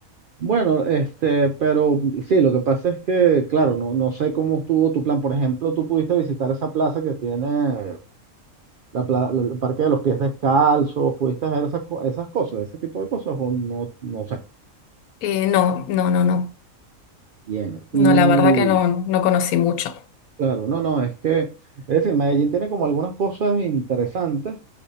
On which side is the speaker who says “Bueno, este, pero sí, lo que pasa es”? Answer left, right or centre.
Right